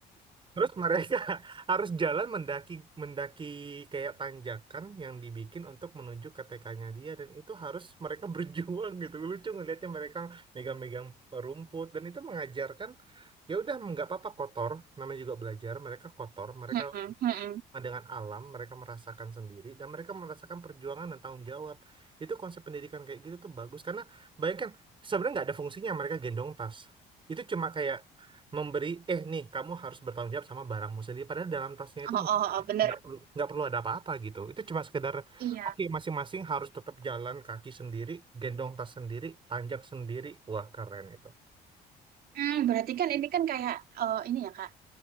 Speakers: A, on the right (about 30°); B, on the right (about 60°).
A: Terus mereka <laughs> harus jalan mendaki mendaki kayak tanjakan yang dibikin untuk menuju ke TK-nya dia dan itu harus mereka <laughs> berjuang gitu. Lucu ngelihatnya mereka megang-megang rumput dan itu mengajarkan ya udah nggak apa-apa kotor, namanya juga belajar, mereka kotor, mereka
B: Mm-mm, mm-mm.
A: Nah, dengan alam, mereka merasakan sendiri, dan mereka merasakan perjuangan dan tanggung jawab. Itu konsep pendidikan kayak gitu tuh bagus, karena bayangkan sebenarnya nggak ada fungsinya mereka gendong tas. Itu cuma kayak memberi, eh nih kamu harus bertanggung jawab sama barangmu sendiri. Padahal dalam tasnya itu
B: Oh,
A: mungkin
B: oh, oh,
A: ya
B: oh, bener.
A: nggak perlu nggak perlu ada apa-apa gitu. Itu cuma sekedar,
B: Iya.
A: oke masing-masing harus tetap jalan kaki sendiri, gendong tas sendiri, tanjak sendiri. Wah keren itu.
B: Hmm, berarti kan ini kan kayak eh, ini ya Kak,